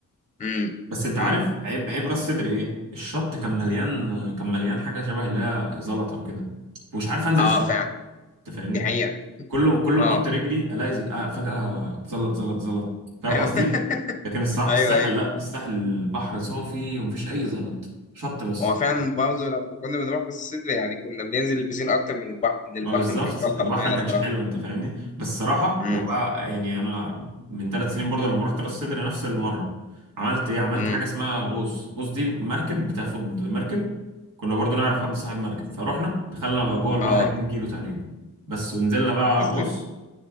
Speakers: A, on the left (about 25°); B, on the right (about 85°).
A: امم
B: بس أنت عارف
A: امم
B: عيب عيب راس صدر إيه الشط كان مليان كان مليان حاجة شبه اللي هي زلط أو كده ومش عارف أنزل
A: اه
B: الشط
A: فعلا
B: أنت فاهمني
A: دي حقيقه
B: كل ما كل ما
A: اه
B: احط رجلي الاقي ز- آه، فجأة اتزلط زلط زلط فاهم
A: ايوه
B: قصدي
A: <laughs>
B: لكن الصراحة
A: ايوه
B: الساحل
A: ايوه
B: لا الساحل البحر صافي ومفيش اي زلط شط بس
A: هو فعلا برضه لما كنا بنروح بس الصدر يعني كنا بننزل البسين اكتر من البحر من البحر
B: ما بالظبط
A: ما كانش الطف
B: البحر
A: حاجه
B: ما كانش
A: بصراحه
B: حلو انت فاهمني بس الصراحة
A: امم
B: لو بقى يعني انا من ثلاث سنين برضه لما رحت راس سدر نفس المرة عملت ايه عملت
A: امم
B: حاجة اسمها غوص غوص دي مركب بتاخد مركب كنا برضه نعرف حد صاحب مركب فروحنا دخلنا بقى جوه البحر
A: اه
B: 2 كيلو تقريبا بس ونزلنا بقى
A: طب
B: غوص
A: ده